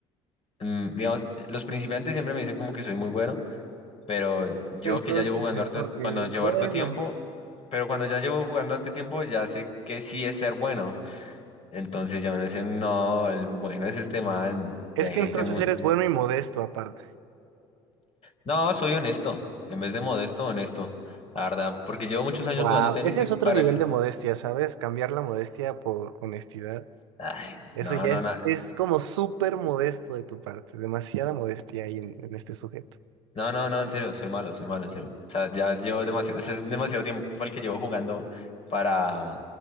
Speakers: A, on the left; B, on the right.
A: mm, digamos, los principiantes siempre me dicen como que soy muy bueno, pero yo
B: Entonces
A: que ya llevo jugando
B: es
A: harto,
B: porque
A: cuando
B: eres
A: llevo
B: bueno.
A: harto tiempo, pero cuando ya llevo jugando harto tiempo ya sé que sí es ser bueno, entonces ya me dicen no, el bueno es este man,
B: Es
A: y hay
B: que
A: gente
B: entonces
A: muy,
B: eres bueno y modesto aparte.
A: no, soy honesto, en vez de modesto, honesto, la verdad, porque llevo muchos años
B: Wow,
A: jugando tenis
B: ese
A: y
B: es
A: para
B: otro nivel
A: el...
B: de modestia, ¿sabes? Cambiar la modestia por honestidad.
A: Ay,
B: Eso
A: no,
B: ya
A: no,
B: es,
A: no.
B: es como súper modesto de tu parte, demasiada modestia hay en, en este sujeto.
A: No, no, no, en serio, soy malo, soy malo, en serio. O sea, ya llevo demasiado, o sea, es demasiado tiempo el que llevo jugando para,